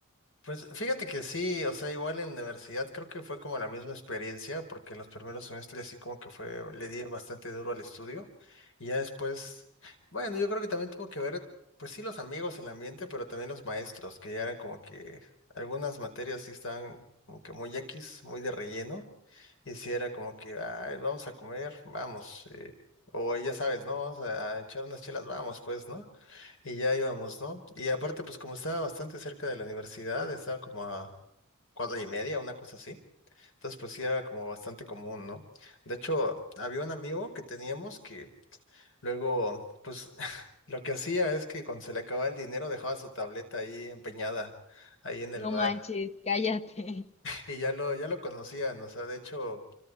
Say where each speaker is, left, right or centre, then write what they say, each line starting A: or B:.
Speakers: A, on the left; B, on the left.
A: Pues fíjate que sí, o sea, igual en la universidad creo que fue como la misma experiencia, porque en los primeros semestres sí como que fue, le di bastante duro al estudio, y ya después, bueno, yo creo que también tuvo que ver, pues sí, los amigos, el ambiente, pero también los maestros, que ya eran como que algunas materias sí estaban como que muy X, muy de relleno, y sí era como que, "Ay, vamos a comer, vamos, eh, o ya sabes, ¿no? Vamos a echar unas chelas, vamos, pues, ¿no? Y ya íbamos, ¿no? Y aparte, pues como estaba bastante cerca de la universidad, estaba como a cuadra y media, una cosa así. Entonces, pues sí era como bastante común, ¿no? De hecho, había un amigo que teníamos que luego, pues <laughs> lo que hacía es que cuando se le acababa el dinero dejaba su tableta ahí empeñada, ahí en
B: No
A: el bar.
B: manches, cállate.
A: Y ya lo, ya lo conocían, o sea, de hecho...